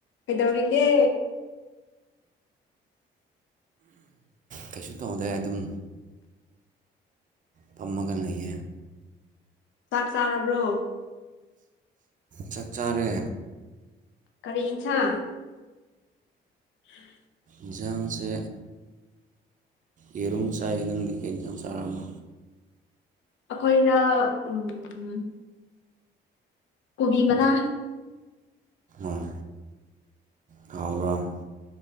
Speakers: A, on the left (about 70°); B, on the right (about 40°).
A: ꯀꯩꯗꯧꯔꯤꯒꯦ
B: ꯀꯩꯁꯨ ꯇꯧꯗꯦ ꯑꯗꯨꯝ ꯐꯝꯃꯒꯥ ꯂꯩ
A: ꯆꯥꯛ ꯆꯥꯔꯕ꯭ꯔꯣ
B: ꯆꯥꯛ ꯆꯔꯦ
A: ꯀꯔꯤ ꯑꯦꯟꯁꯥꯡ <unintelligible>
B: ꯌꯦꯟꯖꯥꯡꯁꯦ ꯌꯦꯔꯨꯝ ꯆꯥꯢ ꯅꯥꯪꯗꯤ ꯀꯩ ꯌꯦꯟꯁꯥꯡ ꯆꯔꯕꯥ
A: ꯑꯩꯈꯣꯏꯅ ꯎꯝ ꯀꯣꯕꯤ ꯃꯅꯥ
B: ꯎꯝ ꯍꯧꯕꯔꯣ